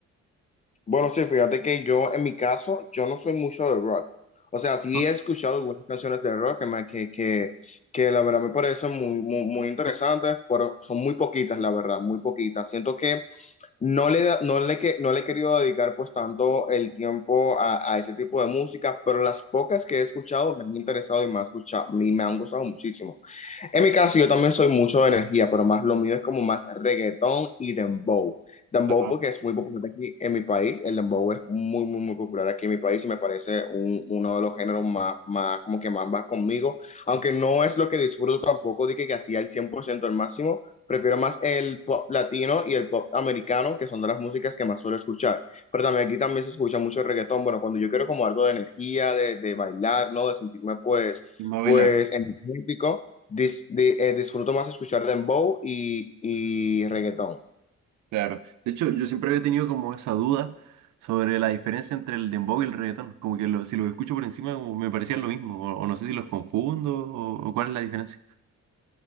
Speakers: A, on the left; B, on the right.
A: Bueno, sí, fíjate que yo, en mi caso, yo no soy mucho de rock. O sea, sí
B: ¿no?
A: he escuchado algunas canciones de rock que, me- que, que, que la verdad me parecen muy, muy, muy interesantes, pero son muy poquitas, la verdad, muy poquitas. Siento que No le, da- no le, que- no le he querido dedicar pues tanto el tiempo a, a ese tipo de música, pero las pocas que he escuchado me han interesado y me, ha escuchado, me han gustado muchísimo. En mi caso, yo también soy mucho de energía, pero más lo mío es como más reggaetón y dembow. Dembow
B: Claro,
A: porque es muy popular aquí en mi país. El dembow es muy, muy, muy popular aquí en mi país y me parece un- uno de los géneros más, más, como que más va conmigo. Aunque no es lo que disfruto tampoco, dije que hacía el 100% al máximo. Prefiero más el pop latino y el pop americano, que son de las músicas que más suelo escuchar. Pero también aquí también se escucha mucho reggaetón. Bueno, cuando yo quiero como algo de energía, de, de bailar, ¿no? De sentirme pues,
B: no bailar,
A: pues energético. Dis- di- eh, disfruto más escuchar dembow y, y reggaetón.
B: claro. De hecho, yo siempre había tenido como esa duda sobre la diferencia entre el dembow y el reggaetón. Como que lo- si los escucho por encima como me parecían lo mismo, o, o no sé si los confundo, o, o cuál es la diferencia.